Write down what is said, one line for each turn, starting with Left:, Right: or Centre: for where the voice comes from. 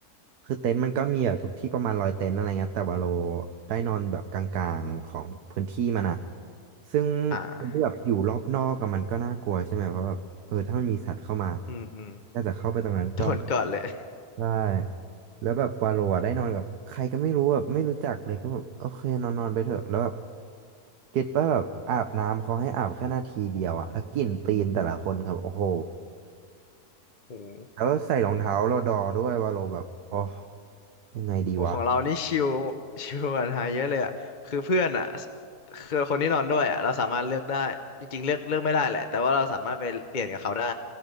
Right: คือเต็นท์มันก็มีแบบทุกที่ประมาณร้อยเต็นท์อะไรเงี้ยแต่ว่าเราได้นอนแบบกลางๆของพื้นที่มันอ่ะซึ่ง
Left: อ่า
Right: คนที่แบบอยู่รอบนอกอะมันก็น่ากลัวใช่ไหมเพราะแบบเออถ้ามันมีสัตว์เข้ามา
Left: อืมอืม
Right: ก็จะเข้าไปตรงนั้นก่อน
Left: โดนก่อนเลย
Right: ได้ แล้วแบบวาโลอะได้นอนกับใครก็ไม่รู้แบบไม่รู้จักเลยก็แบบโอเคนอนนอนไปเถอะแล้วแบบเก็ตป่ะแบบอาบน้ำเขาให้อาบแค่นาทีเดียวอะแล้วกลิ่นตีนแต่ละคนครับโอ้โห
Left: โอ้โห
Right: แล้วใส่รองเท้ารอดอด้วยวาโลแบบโอ้ยังไงดีวะ
Left: โอ้ของเรานี่ชิวชิลกว่าไทายเยอะเลยอ่ะคือเพื่อนอ่ะสคือคนที่นอนด้วยอ่ะเราสามารถเลือกได้ จริงๆเลือกเลือกไม่ได้แหละแต่ว่าเราสามารถไปเปลี่ยนกับเขาได้